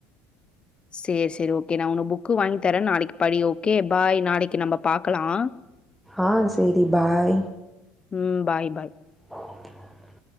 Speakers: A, on the left; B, in the centre.
A: சேரி சேரி ஓகே நான் உனக்கு புக்கு வாங்கி தரேன் நாளைக்கு படி ஓகே பை நாளைக்கு நம்ம பாக்கலாம்
B: ஆஹ் சேரி பை
A: உம் பை பை
B: <inaudible>